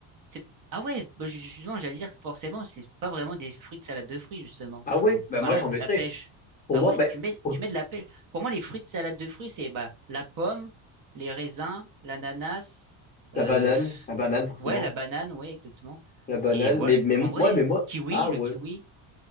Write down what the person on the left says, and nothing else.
Ah
ouais,
bah
moi,
j'en mettrais.
Pour
moi,
bah,
pour
la banane,
la banane, forcément,
la banane,
mais, mais,
ouais, mais moi,
ah
ouais.